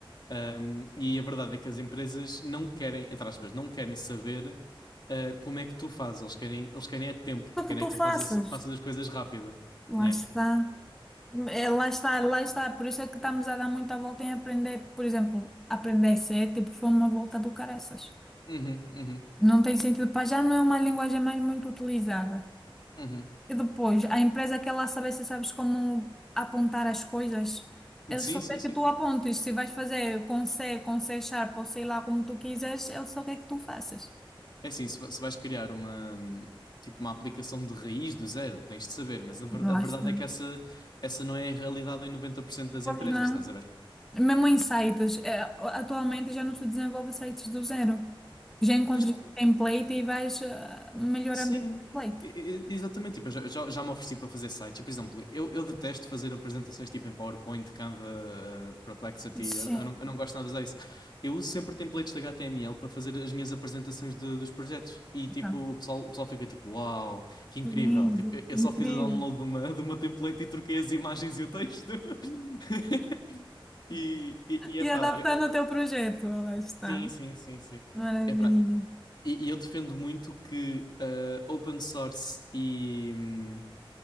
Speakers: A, on the left; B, in the centre.
A: Um, e a verdade é que as empresas não querem, entre aspas, não querem saber uh, como é que tu fazes. Eles querem, eles querem é tempo,
B: O
A: querem
B: que tu
A: é que
B: faças?
A: tu fazes, faças as coisas rápido.
B: Lá
A: Yeah.
B: está. É, lá está, lá está. Por isso é que estamos a dar muita volta em aprender, por exemplo, aprender C, tipo, foi uma volta do caraças.
A: Uhum, uhum,
B: Não tem sentido, para já não é uma linguagem mais muito utilizada.
A: uhum.
B: E depois, a empresa quer lá saber se sabes como apontar as coisas. Ele
A: Sim,
B: só
A: sim,
B: quer
A: sim.
B: que tu apontes. Se vais fazer com C, com C Sharp ou sei lá como tu quiseres, ele só quer que tu faças.
A: É assim, se, va- se vais criar uma, hum, tipo, uma aplicação de raiz do zero, tens de saber, mas a, ver-
B: Lá
A: a verdade
B: está.
A: é que essa, essa não é a realidade em 90% das
B: Pois
A: empresas,
B: não.
A: estás a ver?
B: Mesmo em sites, eh, atualmente já não se desenvolve sites do zero. Já encontras
A: Pois não.
B: um template e vais eh, melhorando
A: Sim,
B: esse template.
A: e- e- exatamente. Tipo, eu já, já já me ofereci para fazer sites. E, Por exemplo, eu, eu detesto fazer apresentações tipo em PowerPoint, Canva, eh, Perplexity.
B: Sim,
A: Eu, eu não, eu não gosto nada disso. Eu uso sempre templates de HTML para fazer as minhas apresentações de- dos projetos. E tipo,
B: Tá.
A: o pessoal, o pessoal fica tipo, uau, que
B: Que
A: incrível.
B: lindo,
A: Tipo, eu, eu só
B: incrível.
A: fiz o download de uma, de uma template e troquei as imagens e o texto. <laughs> E, e, e epá,
B: E adaptando
A: eu-
B: ao teu projeto, lá está.
A: sim, sim, sim, sim.
B: Maravilha.
A: Epá, e, e eu defendo muito que ah, open source e, hum,